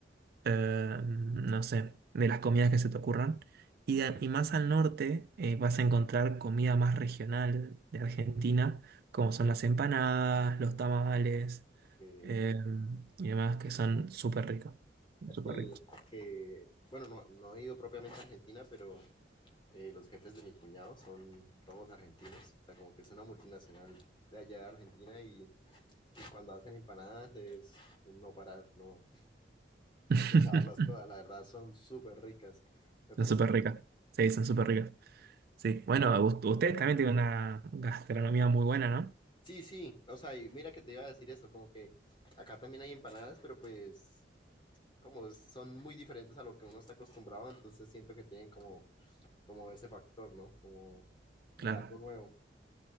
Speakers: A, on the right (about 60°); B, on the left (about 30°).
A: eh, no sé, de las comidas que se te ocurran. Y, de- y más al norte eh, vas a encontrar comida más regional de Argentina, como son las empanadas, los tamales
B: ok.
A: eh, y demás, que son súper ricos. Súper
B: Que,
A: ricos.
B: que, bueno, no, no he ido propiamente a Argentina, pero eh, los jefes de mi cuñado son todos argentinos, o sea, como que es una multinacional de allá de Argentina y, y cuando hacen empanadas es un no parar, no,
A: <laughs>
B: hay que acabarlas todas, la verdad son súper ricas. Me parece.
A: Son súper ricas. Sí, son súper ricas. Sí, bueno, u- ustedes también tienen una gastronomía muy buena, ¿no?
B: Sí, sí, o sea, y mira que te iba a decir eso, como que acá también hay empanadas, pero pues como son muy diferentes a lo que uno está acostumbrado, entonces siento que tienen como, como ese factor, ¿no? Como de
A: Claro,
B: algo nuevo.